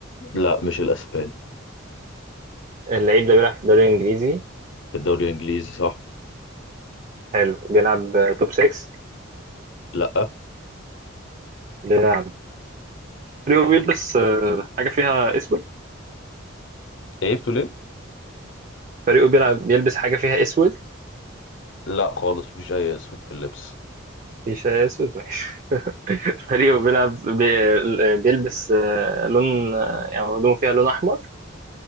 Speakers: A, on the left (about 65°); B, on the right (about 40°).
A: لا مش الاسباني
B: اللعيب ده بيلعب في الدوري الإنجليزي
A: في الدوري الانجليزي صح
B: حلو بيلعب آه، توب 6
A: لا
B: بيلعب فريقه بيلبس آه حاجة فيها أسود
A: عيبته ليه
B: فريقه بيلعب بيلبس حاجة فيها أسود
A: لا خالص مفيش اي اسود في اللبس
B: مفيش أسود ماشي <laughs> فريقه بيلعب بي- بيلبس آه لون آه، يعني هدومه فيها لون أحمر